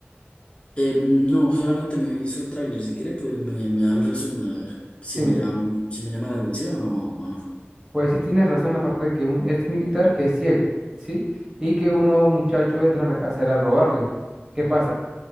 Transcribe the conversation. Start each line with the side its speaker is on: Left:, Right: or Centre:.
Left: Eh, no, solamente me hizo el tráiler, si quiere pues me, me da el resumen a ver si
Right: Sí,
Left: me
Right: mire,
Left: llama, mu- si me llama la atención o o no.
Right: pues sí tienes razón en la parte de que es un ex militar que es ciego, ¿sí? Y que unos muchachos entran a la casa de él a robarle. ¿Qué pasa?